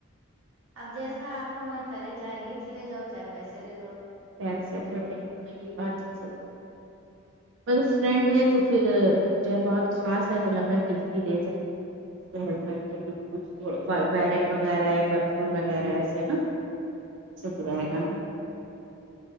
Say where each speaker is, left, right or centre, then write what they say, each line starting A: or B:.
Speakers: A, on the right; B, on the right.
A: اب جیسا آپ کا من کرے چاہے گفٹ لے جاؤ چاہے پیسے لے جاو
B: پیسے لے لینا یے بات تو صحیح بس فرینڈ ہے تو فیر جو ہے بہت خاص ہے تو لگ رہا ہے گفٹ ہی لے جائیں اس کے ہسبینڈ کے لیے ویلٹ وغیرہ یا پرفیوم وغیرہ ایسے نا صحیح رہے
A: ہوں
B: گا